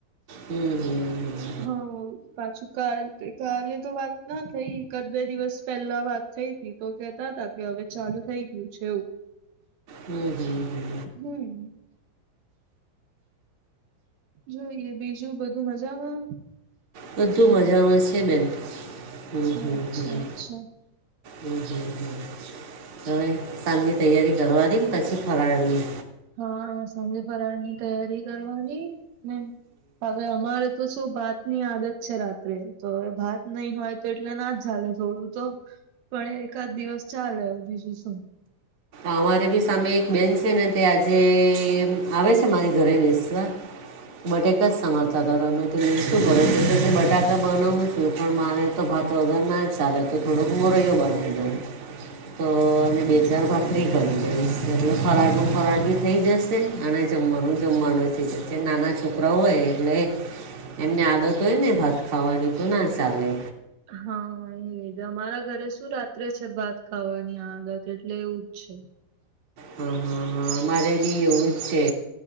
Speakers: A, on the right; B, on the right.
A: હમ હમ હમ.
B: હા પાછું કાલ કાલે તો વાત ના થઈ એકાદ બે દિવસ પેલા વાત થઈ તી તો કેતા તા કે હવે ચાલુ થઈ ગયું છે એવું.
A: હમ હમ હમ.
B: હમ. જોઈએ, બીજું બધું મજામાં?
A: બધું મજામાં છે બેન. હમ હમ.
B: અચ્છા
A: હમ
B: અચ્છા
A: હમ હમ હવે સાંજની તૈયારી કરવાની ને પછી ફરાળની.
B: હા સાંજે ફરાળ ની તૈયારી કરવાની ને હવે અમારે તો શું ભાત ની આદત છે રાત્રે, તો હવે ભાત નહી હોય તો એટલે ના જ ચાલે થોડું તો પણ એ એકાદ દિવસ ચાલે હવે બીજું શું.
A: અમારે બી સામે એક બેન છે ને તે આજે આવે છે મારી ઘરે બેસવા બટેકા જ સમારતા હતા તમે જે શું કરો છ કે કે બટાકા બનાવું છું પણ મારે તો ભાત વગર ના ચાલે તો થોડોક મોરયો બને દઉ. તો અને બે ચાર ભાત ફ્રી કરી દઈશ એટલે ફરાળનું ફરાળ બી થઈ જશે અને જમવાનું જમવાનું થઈ જશે. જે નાના છોકરા હોય એટલે એમને આદત હોય ને ભાત ખાવાની તો ના ચાલે.
B: હા એ અમારા ઘરે શું રાત્રે છે ભાત ખાવાની આદત એટલે એવું જ છે.
A: હા હા હા અમારે બી એવું જ છે